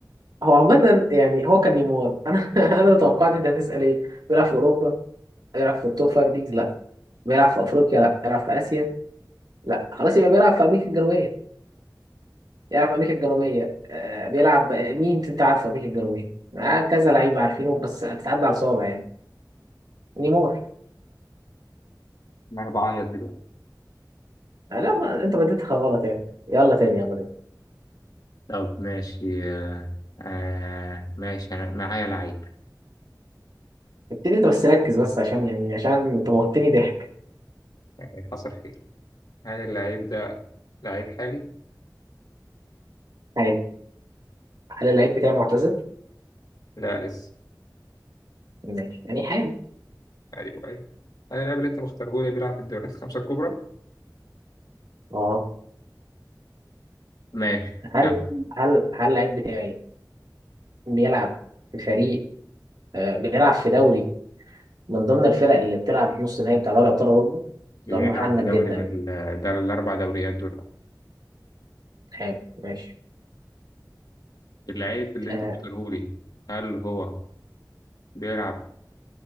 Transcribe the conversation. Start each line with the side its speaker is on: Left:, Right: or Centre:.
Right: هو عامة يعني هو كان نيمار انا <laughs> انا توقعت انت هتسأل ايه بيلعب في اوروبا بيلعب في التوب فايف ليجز لا بيلعب في افريقيا لا بيلعب في اسيا لا خلاص يبقى بيلعب في امريكا الجنوبية بيلعب في امريكا الجنوبية آه بيلعب مين انت عارف في امريكا الجنوبية آه كذا لعيبة عارفينه بس هتتعدى على صوابع يعني نيمار
Left: ما انا بعيط دلوقتي
Right: آه لا ما انت بديتها غلط يعني يلا تاني يلا تاني
Left: طب ماشي آه آه، ماشي أنا معايا لعيب
Right: ابتدي انت بس ركز بس عشان يعني عشان انت موتني ضحك
Left: يعني حصل خير هل اللعيب ده لعيب حالي؟
Right: حلو هل اللعيب بتاعي معتزل؟
Left: لا لسه
Right: ماشي يعني حلو
Left: ايوه ايوه هل اللاعب اللي انت مختاره لي بيلعب في الدوريات الخمسة الكبرى؟
Right: اه
Left: ماشي
Right: هل
Left: كمل
Right: هل هل اللعيب بتاعي بيلعب في فريق آه، بيلعب في دوري من ضمن الفرق اللي بتلعب نص النهائي بتاع دوري ابطال اوروبا
Left: بيلعب
Right: سؤال محنك
Left: في دوري
Right: جدا
Left: من
Right: يعني
Left: ال- ده الأربع دوريات دول
Right: حلو ماشي
Left: اللعيب اللي
Right: آه،
Left: أنت مختاره لي هل هو بيلعب